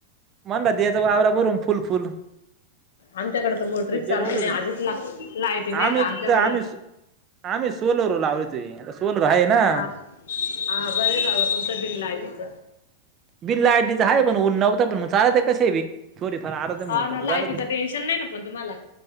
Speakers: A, on the right; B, on the left.
A: मणड दचा वावरा बरू फुल फुल
B: आमच्याकड तर मोटरीच चालते
A: गेलो होतो
B: नाही
A: तर
B: आधीच ला लाईटी नाही
A: आम्ही
B: आता आमच्याकडं.
A: आम्ही आम्ही सोलवर लावली तु आता सोल आहे ना.
B: हा हा बरे बाबा तुमचं बिनलाय तिच
A: बिल्डीच आहे पण उननाव पण मग चालत कसे बी थोडीफार आरत
B: हा
A: मोटर
B: ना लायटीचं
A: तर चालत
B: टेन्शन नाही ना पण तुम्हाला